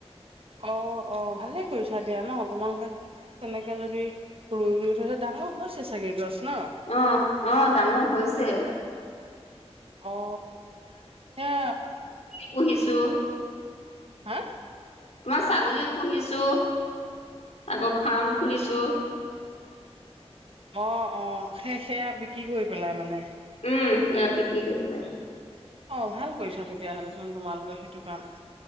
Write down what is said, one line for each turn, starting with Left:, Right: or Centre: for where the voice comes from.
Right: অ অ ভালে কৰিছোঁ। হয় দিয়া ন তোমালোকে তেনেক। কেইজনী ৰুইও থৈছে ডাঙৰ হৈছে চাগে গছ। ন
Left: অ অ ডাঙৰ হৈছে।
Right: অ অ হে
Left: পুহিছোঁ
Right: হা?
Left: তোমাৰ ছাগলীও পুহিছো আকৌ ফাৰ্ম খুলিছো ৷
Right: অ অ। সেই সেয়া বিক্ৰী কৰি পেলাই মানে
Left: উম এয়া বিক্ৰী কৰি পেলাই।
Right: অ ভাল কৰিছা তেতিয়াহলেচোন তোমালোকে সেইটো কাম ৷